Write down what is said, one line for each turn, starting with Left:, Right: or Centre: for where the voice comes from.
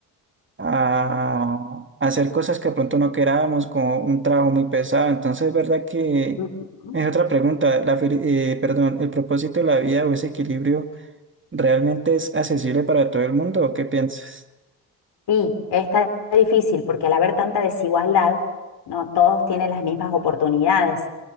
Right: a hacer cosas que de pronto no queramos, como un trabajo muy pesado, entonces es verdad que
Left: Ujú.
Right: es otra pregunta, la, fel- eh, perdón, el propósito de la vida o ese equilibrio. ¿Realmente es accesible para todo el mundo o qué piensas?
Left: Sí, está difícil porque al haber tanta desigualdad, no todos tienen las mismas oportunidades.